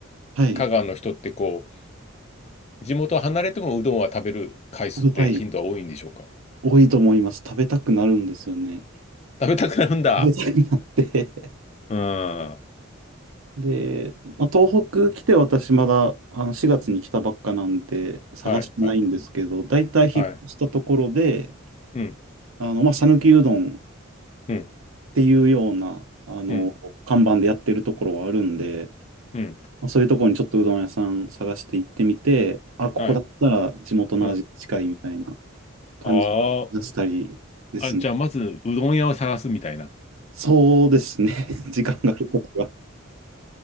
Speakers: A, on the right; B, on the left.
A: はい、
B: 香川の人ってこう、地元を離れてもうどんは食べる回数って頻度は多いんでしょうか
A: 食べたい、多いと思います。食べたくなるんですよね。
B: 食べたくなるんだ。
A: 食べたくなって。
B: うん。は
A: で、まあ、東北来て私まだあの4月に来たばっかなんで探してないんですけど、
B: い、はい、
A: 大体引っ越したところで、
B: はい。うん、
A: あの、まあ、讃岐うどんっ
B: うん。
A: ていうような、あの、
B: うん、
A: 看板でやってるところはあるんで、
B: うん、
A: そういうところにちょっとうどん屋さん探して行ってみて、あ、ここだったら地元の味に近いみたいな
B: はい、うん。
A: 感じ出したりですね。
B: ああ、あ、じゃあまずうどん屋を探すみたいな。
A: そうですね。<laughs> 時間があるときは。